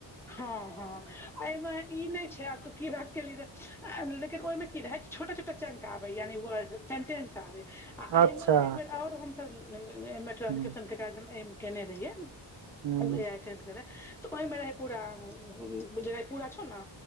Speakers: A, in the centre; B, on the right (about 55°).
A: हँ हँ एहिमे ई नहि छैय आब तू की बात केलि रहे लेकिन ओहिमे की रहय। छोटा छोटा चंक आबे यानि वर्ड सेंटेंस आबे आ
B: अच्छा
A: मे एकबेर आओर हमसब मे ट्राक्रिप्शन
B: हूँ
A: के काज केने रहियै
B: हूँ
A: <unintelligible> तऽ ओहिमे रहयपुरा जे रायपुरा छौ ने